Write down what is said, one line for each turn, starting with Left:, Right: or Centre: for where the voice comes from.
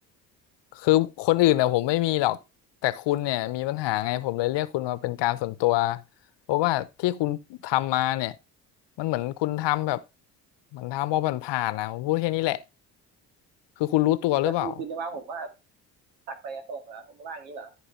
Left: คือคนอื่นน่ะผมไม่มีหรอกแต่คุณเนี่ยมีปัญหาไงผมเลยเรียกคุณมาเป็นการส่วนตัวเพราะว่าที่คุณทำมาเนี่ยมันเหมือนคุณทำแบบเหมือนทำพอผ่านๆนะผมพูดแค่นี้แหละคือคุณรู้ตัวหรือเปล่า
Right: ก็คือคุณจะว่าผมว่าตักไปส่งเหรอคุณว่าอย่างนี้เหรอ